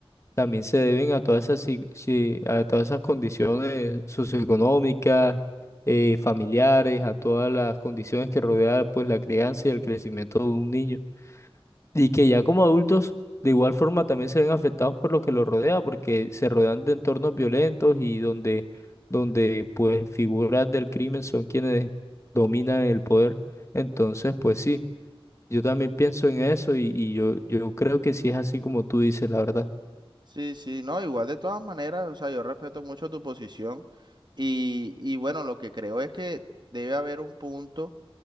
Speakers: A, on the left; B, on the right.
A: también se deben a todas esas, si- si- a todas esas condiciones socioeconómicas, eh, familiares, a todas las condiciones que rodean, pues la crianza y el crecimiento de un niño. Y que ya como adultos, de igual forma, también se ven afectados por lo que los rodea, porque se rodean de entornos violentos y donde, donde pues figuras del crimen son quienes dominan el poder. Entonces, pues sí, yo también pienso en eso y, y yo, yo creo que sí es así como tú dices, la verdad.
B: Sí, sí, no, igual de todas maneras, o sea, yo respeto mucho tu posición y, y bueno, lo que creo es que debe haber un punto